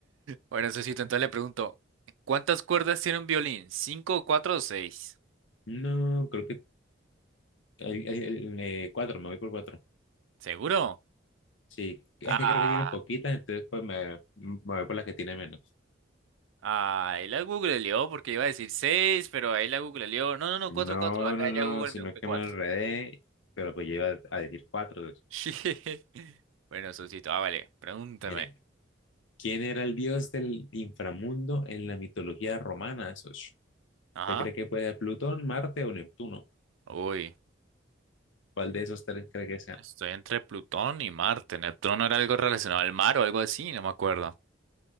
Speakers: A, on the right; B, on the left.
A: Bueno, Sosito, entonces le pregunto, ¿cuántas cuerdas tiene un violín? ¿Cinco, cuatro o seis?
B: No, creo que el, el- el- eh, cuatro, me voy por cuatro.
A: ¿Seguro?
B: Sí, es
A: Ah,
B: que creo que tiene poquitas, entonces pues me, me voy por las que tiene menos.
A: ah, ahí la googleó porque iba a decir seis, pero ahí la googleó. No, no, no,
B: No,
A: cuatro, cuatro, acá
B: no, no,
A: ya Google
B: sino
A: me dijo que
B: que
A: cuatro.
B: me enredé, pero pues yo iba a decir cuatro. Entonces,
A: <laughs> Bueno, Sosito, ah, vale, pregúntame.
B: Mire, ¿quién era el dios del inframundo en la mitología romana? Esos.
A: Ajá.
B: ¿Usted cree que puede ser Plutón, Marte o Neptuno?
A: Uy.
B: ¿Cuál de esos tres cree que sea?
A: Estoy entre Plutón y Marte. Neptuno era algo relacionado al mar o algo así, no me acuerdo.